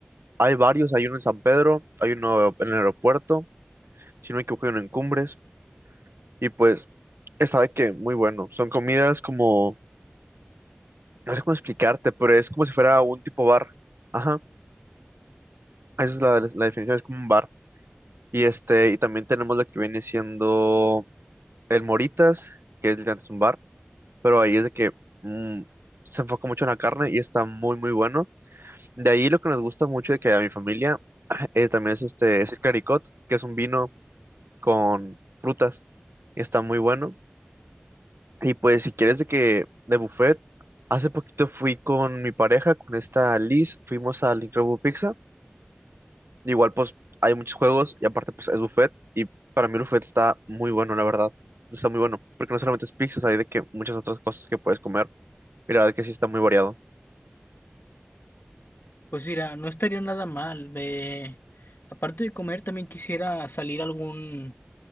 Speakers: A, on the right (about 75°); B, on the left (about 60°).
A: hay varios, hay uno en San Pedro, hay uno en el aeropuerto, si no me equivoco hay uno en Cumbres, y pues está de que muy bueno, son comidas como, no sé cómo explicarte, pero es como si fuera un tipo bar, ajá, esa es la, la definición, es como un bar, y este, y también tenemos lo que viene siendo el Moritas, que es literalmente un bar, pero ahí es de que mm, se enfoca mucho en la carne y está muy, muy bueno. De ahí lo que nos gusta mucho de que a mi familia <clears throat> eh, también es este, es el Claricot, que es un vino con frutas, está muy bueno. Y pues si quieres de que de buffet, hace poquito fui con mi pareja, con esta Liz, fuimos al Incredible Pizza. Igual pues hay muchos juegos y aparte pues es buffet y para mí el buffet está muy bueno, la verdad. Está muy bueno, porque no solamente es pizzas, hay de que muchas otras cosas que puedes comer y la verdad que sí está muy variado.
B: Pues mira, no estaría nada mal. eh, aparte de comer, también quisiera salir a algún,